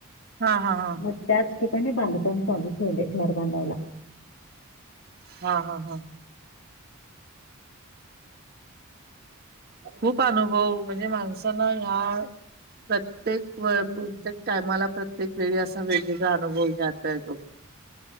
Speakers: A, on the right (about 45°); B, on the left (about 75°).
A: हा हा हा.
B: मग त्याच ठिकाणी बांधकाम चालू ठेवले घर बांधायला.
A: हा हा हा. खूप अनुभव म्हणजे माणसाना ह्या प्रत्येक व
B: होय
A: प्रत्येक
B: होय
A: टायमाला प्रत्येक वेळी असा वेगवेगळा अनुभव घेता येतो.